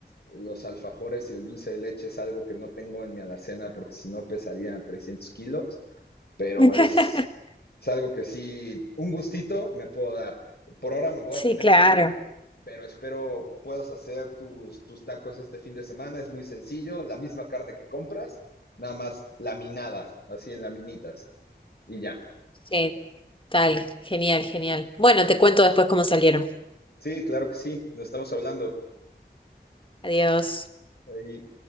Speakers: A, on the left; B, on the left.
A: Los alfajores y el dulce de leche es algo que no tengo en mi alacena porque si no pesaría 300 kilos. pero
B: <laughs>
A: es, es algo que sí, un gustito me puedo dar. Por ahora me voy
B: Sí,
A: a tener
B: claro.
A: que ir, pero espero puedas hacer tus, tus tacos este fin de semana. Es muy sencillo, la misma carne que compras, nada más laminada, así en laminitas y ya.
B: Sí, Tal, genial, genial. Bueno, te cuento después cómo salieron.
A: Sí, claro que sí, nos estamos hablando.
B: Adiós.
A: Ahí.